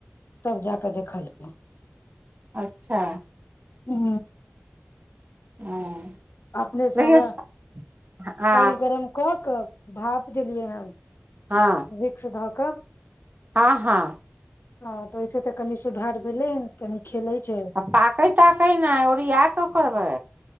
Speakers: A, on the left (about 65°); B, on the right (about 45°).
A: तब जाके देखलकै।
B: अच्छा
A: हू
B: हँ
A: अपनेसँ
B: लेकिन
A: वैह
B: आ
A: पानि गरम क क भाप देलियै हन।
B: हँ
A: विक्स धक
B: हँ हँ
A: हँ त ओहिसे त कनि सुधार भेलै हन कनि खेलै छैय।
B: पाकै ताकै नहि ओरिया क करबै।